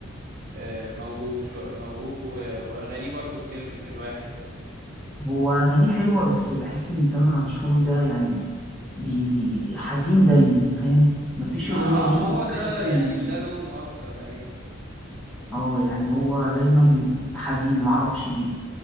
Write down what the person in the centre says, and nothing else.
هو أغانيه حلوة بس بحس إن تامر عاشور ده يعني بي بي حزين دايما فاهم مفيش
أغنية
ليه
بحس
إن
اه يعني هو دايما حزين معرفش ليه